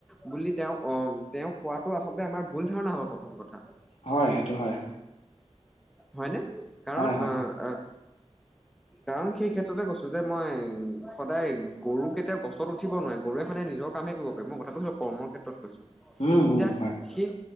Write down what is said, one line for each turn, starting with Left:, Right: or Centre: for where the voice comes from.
Centre: বুলি তেওঁক অ, তেওঁক কোৱাটো আচলতে আমাৰ ভুল ধাৰণা হব প্ৰথম কথা।
Left: হয় সেইটো হয়।
Centre: হয় নে, কাৰণ
Left: হয় হয়
Centre: আহ কাৰণ সেই ক্ষেত্ৰতে কৈছো যে মই, সদায় গৰু কেতিয়াও গছত উঠিব নোৱাৰে গৰুৱে সদায় নিজৰ কামে কৰিব পাৰি মই কথাটো কৰ্মৰ ক্ষেত্ৰত কৈছো
Left: উম,
Centre: এতিয়া
Left: উম, হয়,
Centre: সেই